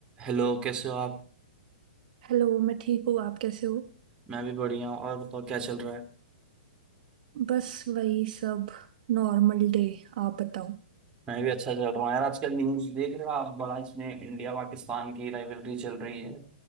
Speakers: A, on the right; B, on the right.
A: Hello कैसे हो आप
B: Hello मैं ठीक हूँ आप कैसे हो
A: मैं भी बढ़िया हूँ और बताओ क्या चल रहा है
B: बस वही सब Normal day आप बताओ
A: मैं भी अच्छा चल रहा हूँ यार आजकल न्यूज़ देख रहे हो आप बड़ा इसमें इंडिया पाकिस्तान की राइवलरी चल रही है